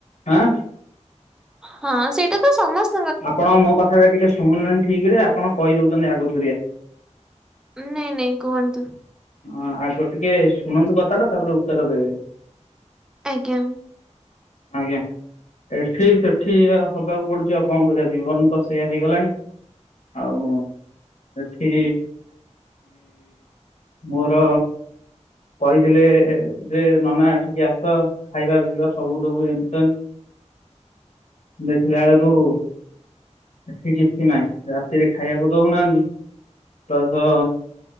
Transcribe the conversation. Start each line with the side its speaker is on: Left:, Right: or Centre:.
Left: ହଁ।
Centre: ହଁ ସେଇଟା ତ ସମସ୍ତେ
Left: ଆପଣ ମୋ କଥାଟା ଟିକେ ଶୁଣୁନାହାନ୍ତି ଠିକ ରେ ଆପଣ କହିଦଉଛନ୍ତି ଆଗକୁରିଆ।
Centre: ନାଇଁ ନାଇଁ କୁହନ୍ତୁ।
Left: ହଁ ଆଗ ଟିକେ ଶୁଣନ୍ତୁ କଥା ଟା ତାପରେ ଉତ୍ତର ଦେବେ।
Centre: ଆଜ୍ଞା।
Left: ଆଜ୍ଞା। ଏଠି ସେଠି ହବାକୁ ପଡୁଛି ଆଉ କଣ କରିବ ଜୀବନ ତ ସେଇଆ ହେଇଗଲାଣି। ଆଉ ସେଠି ମୋର କହିଥିଲେ ଯେ ନନା ଏଠିକି ଆସ ଖାଇବା ପିଇବା ସବୁ ଦବୁ ଏଣେ ତେଣେ। ଦେଖିଲା ବେଳକୁ ଏଠି କିଛି ନାଇଁ ରାତିରେ ଖାଇବାକୁ ଦଉନାହାନ୍ତି। ପ୍ଲସ